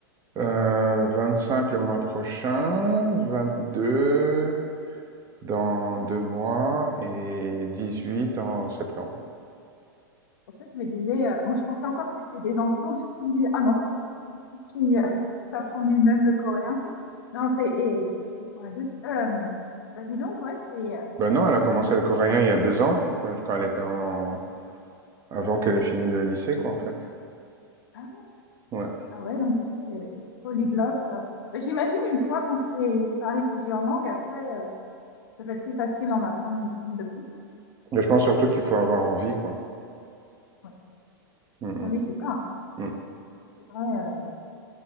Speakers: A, on the right; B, on the left.
A: heu, 25 le mois prochain, 22 dans
B: C'est
A: 2 mois et 18 en septembre.
B: pour ça que je me disais, euh, moi, je pensais encore que c'était des enfants. <laughs> Je me disais, un enfant qui, qui, euh, s'apprend lui-même le coréen. c'est- Non, c'est, et c'est parce qu'ils sont adultes. Euh, bah, dis donc, ouais, c'est, euh,
A: Ben non, elle
B: c'est
A: a commencé
B: dur, hein.
A: le coréen il y a deux ans, quand quand elle était en avant qu'elle ait fini le lycée quoi, en fait.
B: Ah ouais.
A: Ouais.
B: Ah ouais, donc du coup, euh, polyglotte. euh. Mais J'imagine une fois qu'on sait parler plusieurs langues, après, euh, ça va être plus facile d'en apprendre une, une de plus.
A: Mais je pense surtout qu'il faut avoir envie, quoi.
B: Ouais.
A: Mmh,
B: Ah, mais c'est ça, hein.
A: mmh, mmh.
B: C'est vrai, euh,